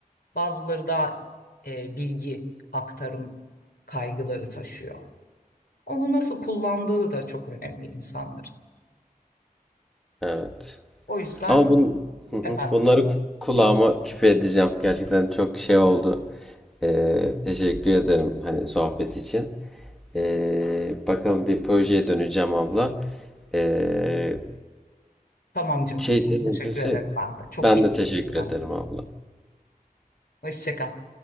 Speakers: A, on the left; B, in the centre.
A: Bazıları daha eee, bilgi aktarım kaygıları taşıyor. Onu nasıl kullandığı da çok önemli insanların.
B: Evet.
A: O yüzden
B: Ama bun, hı hı.
A: efendim
B: bunları kulağıma küpe edeceğim. Gerçekten çok şey oldu. Ee, teşekkür ederim hani sohbet için. Ee, bakalım bir projeye döneceğim abla. Ee,
A: tamam canım.
B: şeyse mümkünse
A: Teşekkür ederim ben de. Çok
B: ben
A: keyifliydi
B: de teşekkür
A: yine.
B: ederim abla.
A: Hoşça kal.